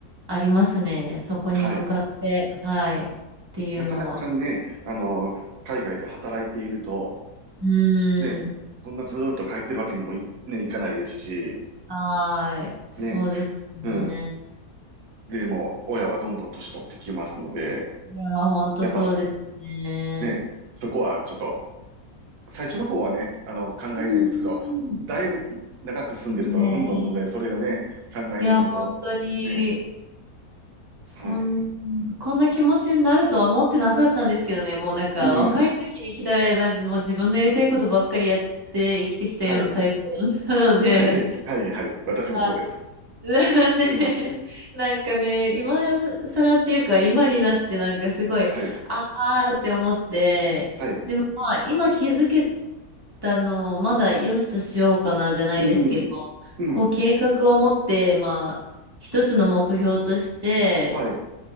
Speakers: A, on the right (about 15°); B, on the right (about 80°).
A: ありますね。そこに向かって、
B: はい。
A: はい、っていうのは。
B: なかなかね、あの、海外で働いていると、
A: う
B: ね、
A: ん、
B: そんなずーっと帰ってるわけにもい、ね、いかないですし、
A: はい、そうです
B: ね。うん。
A: ね。
B: でも、親はどんどん年取ってきますので、
A: いや、本当そうですね。
B: やっぱ、ね、そこはちょっと、最初の方はね、あの、考えないんですけど、
A: うん
B: だいぶ長く住んでると、
A: ねえ。
B: どんどんどんどんねそれがね、考えること、
A: いや、本当に、
B: ね。
A: そん、
B: はい。
A: こんな気持ちになるとは思ってなかったんですけどね。もうなんか、
B: うん。
A: 若い時に来たな、もう自分のやりたいことばっかりやって生きてきたようなタイプ
B: はい。
A: なので、
B: はい。はい。はい。私もそうです。
A: <laughs> <laughs> ね、
B: うん。
A: なんかね、今更っていうか、今になってなんかすごい、
B: はい。
A: あーって思って、
B: はい。
A: でもまあ、今気づけたのをまだ良しとしようかなじゃないですけど、
B: うん。うん。
A: こう計画を持って、まあ、一つの目標として、
B: はい。